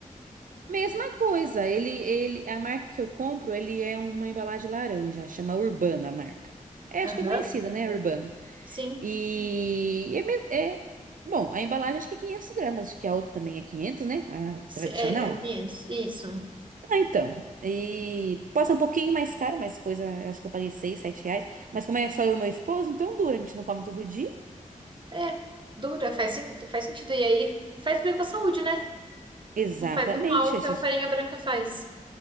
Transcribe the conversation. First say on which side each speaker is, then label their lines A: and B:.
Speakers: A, on the right; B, on the right.
A: Mesma coisa. Ele, ele, a marca que eu compro, ele é uma embalagem laranja. Chama Urbano a marca. É,
B: Aham.
A: acho que é conhecida, né? Urbano.
B: Sim.
A: E é, me- é- bom. A embalagem acho que é 500 gramas. Acho que a outra também é 500, né? A
B: Se-
A: tradicional.
B: É, é quinhentos, Isso.
A: Ah, então. E passa um pouquinho mais caro, mas coisa. Acho que eu paguei 6, 7 reais. Mas como é só eu e meu esposo, então dura. A gente não come todo dia.
B: É. Dura, faz, sen- faz sentido. E aí faz bem pra saúde, né?
A: Exatamente.
B: Não faz o mal
A: esses-
B: que a farinha branca faz.